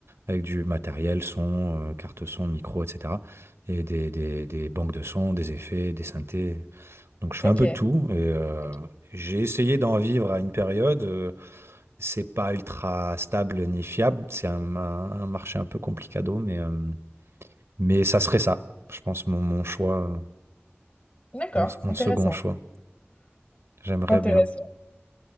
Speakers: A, on the right (about 80°); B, on the left (about 30°).
A: avec du matériel, son, euh, carte son, micro, etc. Et des, des, des banques de sons, des effets, des synthés. Donc je fais
B: OK.
A: un peu de tout, et euh,
B: OK.
A: j'ai essayé d'en vivre à une période. euh, c'est pas ultra stable ni fiable. C'est un, un- un marché un peu complicado, mais, euh, mais ça serait ça, je pense, mon, mon choix, euh,
B: D'accord,
A: mon, mon
B: intéressant,
A: second choix. J'aimerais
B: intéressant.
A: bien.